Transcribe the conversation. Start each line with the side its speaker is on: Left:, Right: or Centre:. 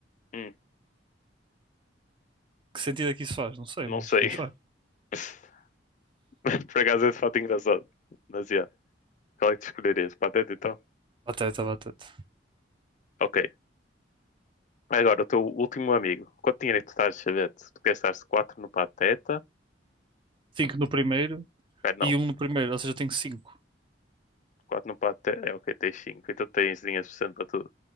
Left: Hum,
Right: Que sentido é que isso faz? Não sei,
Left: não
Right: mas,
Left: sei.
Right: mas faz.
Left: <laughs> Por acaso esse fato é engraçado. Mas, yeah. Qual é que tu escolherias? Pateta, então?
Right: Pateta, Pateta.
Left: Ok. Agora, o teu último amigo. Quanto dinheiro é que tu estás de chavete? Tu gastaste 4 no Pateta?
Right: cinco no primeiro
Left: Pera, não.
Right: e um no primeiro, ou seja, eu tenho cinco
Left: quatro no Pateta. É, ok, tens cinco Então tens dinheiro suficiente para tudo.